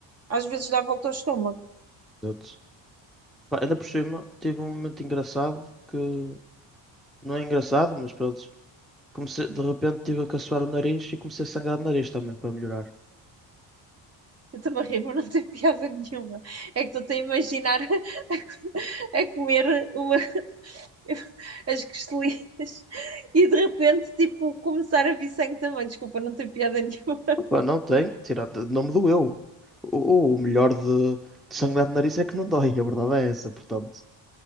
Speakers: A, on the right (about 30°); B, in the centre.
A: às vezes dá volta ao estômago.
B: portanto. Pá, ainda por cima, tive um momento engraçado que. Não é engraçado, mas pronto. Comecei, de repente tive a caçoar o nariz e comecei a sangrar o nariz também para melhorar.
A: Eu estou-me a rir, mas não tem <laughs> piada nenhuma. É que estou a imaginar <laughs> a, co- a comer uma. <laughs> as costelinas e de repente, tipo, começar a vir sangue também. Desculpa, não tem piada nenhuma,
B: Pá, não tem, tirar, não me doeu. O, o melhor de, de sangrar no nariz é que não dói, <laughs> a verdade é essa, portanto.